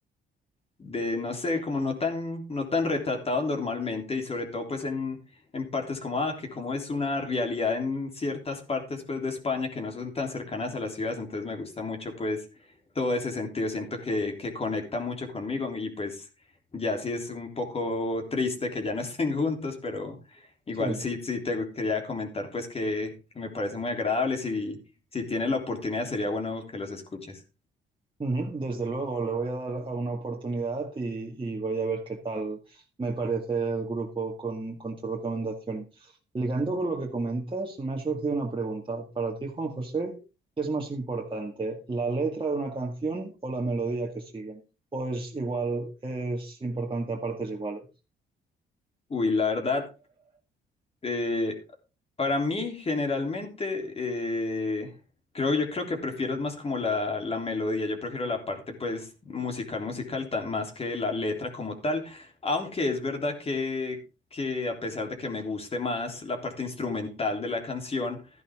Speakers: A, on the left; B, on the right.
A: de, no sé, como no tan, no tan retratado normalmente y sobre todo pues en, en partes como, ah, que como es una realidad en ciertas partes pues de España que no son tan cercanas a las ciudades, entonces me gusta mucho pues todo ese sentido, siento que, que conecta mucho conmigo y pues ya sí es un poco triste que ya no <laughs> estén juntos, pero igual
B: sí.
A: sí, sí te quería comentar pues que, que me parece muy agradable, si, si tienes la oportunidad sería bueno que los escuches.
B: Ujú, Desde luego, le voy a dar a una oportunidad y, y voy a ver qué tal me parece el grupo con, con tu recomendación. Ligando con lo que comentas, me ha surgido una pregunta. Para ti, Juan José, ¿qué es más importante, la letra de una canción o la melodía que sigue? ¿O es igual, es importante a partes iguales?
A: Uy, la verdad, eh, Para mí, generalmente, eh, creo, yo creo que prefiero es más como la, la melodía, yo prefiero la parte pues musical, musical, tan- más que la letra como tal, aunque es verdad que, que a pesar de que me guste más la parte instrumental de la canción